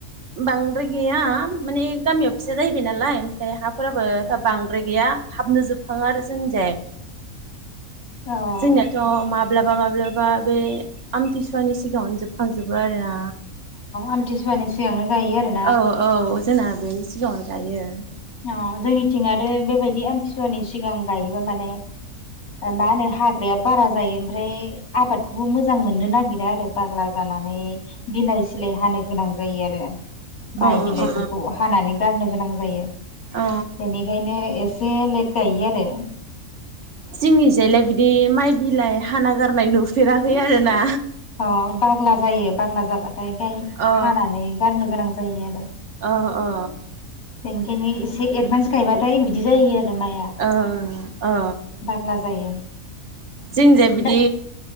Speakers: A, on the right; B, on the left.
A: बांद्राय गैया माने गामियाव फिसा जाहैबाय नालाय ओमफ्राय हाफोराबो बांद्राय गैया थाबनो जोबखाङो आरो जोंनिजाय
B: अ
A: जोंनियाथ' माब्लाबा माब्लाबा बे आमथि सुवानि सिगाङावनो जोब खांजोबो आरोना
B: आमथिसुवानि सिगांनो गायो आरो
A: औ औ जोंना बेनि सिगाङावनो गायो
B: अ जोंनिथिं आरो बेबायदि आमथि सुवानि सिगां गायोबा माने ओ मा होनो हाग्राया बारा जायो ओमफ्राय आबादखौबो मोजां मोननो नागिरा आरो बाग्ला जानानै बिलाइ सिलाय हानो गोनां जायो आरो माइ
A: अ
B: बिलाइफोरखौ
A: अ
B: हानानै गारनो गोनां जायो
A: अ
B: बेनिखायनो एसे लेट गायो आरो
A: जोंनिजायलाय बिदि माइ बिलाइ हाना गारनाय नुफेराखै आरोना
B: अ बाग्ला जायो बाग्ला जाबाथाय ओमफाय
A: अ
B: हानानै गारनो गोनां जायो आरो
A: अ अ
B: बेनिखायनो एसे एडभान्स गायबाथाय बिदि जायो आरो माइआ
A: ओ ओ
B: बाग्ला जायो
A: जोंनिजाय बिदि
B: दा